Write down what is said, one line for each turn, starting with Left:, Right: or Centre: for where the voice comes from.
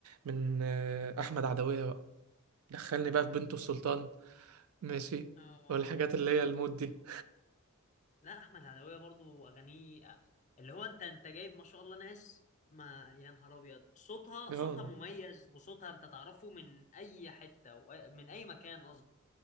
Right: من آه، أحمد عدوية بقى دخلني بقى في
Left: أحمد
Right: بنته
Left: عبد-
Right: السلطان ماشي
Left: اه
Right: والحاجات اللي هي المود دي
Left: لا احمد عدوية برضو اغانيه آه، اللي هو انت انت جايب ما شاء الله ناس ما يا نهار ابيض صوتها
Right: اه
Left: صوتها مميز وصوتها انت تعرفه من اي حتة وأ- من اي مكان قصدي